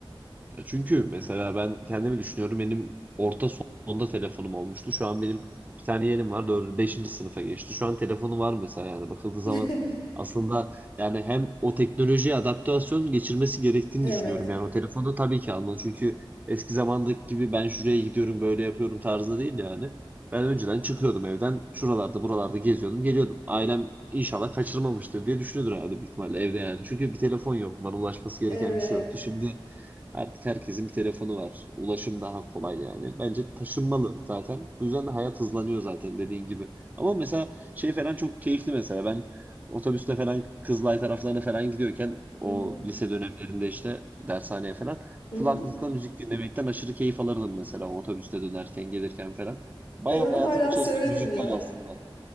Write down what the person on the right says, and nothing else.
E, Çünkü mesela ben kendimi düşünüyorum. Benim orta sonda telefonum olmuştu. Şu an benim bir tane yeğenim var. 4, beşinci sınıfa geçti. Şu an telefonu var mesela yani bakıldığı zaman
aslında yani hem o teknolojiye adaptasyon geçirmesi gerektiğini
düşünüyorum. Yani o telefonu tabii ki almalı. Çünkü eski zamandaki gibi ben şuraya gidiyorum böyle yapıyorum tarzında değil yani. Ben önceden çıkıyordum evden. Şuralarda buralarda geziyordum geliyordum. Ailem inşallah kaçırmamıştır diye düşünüyordur herhalde büyük ihtimalle evde yani. Çünkü bir telefon yoktu. Bana ulaşması
gereken bir şey yoktu. Şimdi Artık herkesin bir telefonu var. Ulaşım daha kolay yani. Bence taşınmalı zaten. Bu yüzden de hayat hızlanıyor zaten dediğin gibi. Ama mesela şey falan çok keyifli mesela. Ben otobüste falan Kızılay taraflarına falan gidiyorken o
lise dönemlerinde işte dershaneye falan
kulaklıkla
müzik dinlemekten aşırı keyif alırdım mesela o otobüste dönerken gelirken falan. Bayağı
hayatım
içerisinde
müzik
var aslında.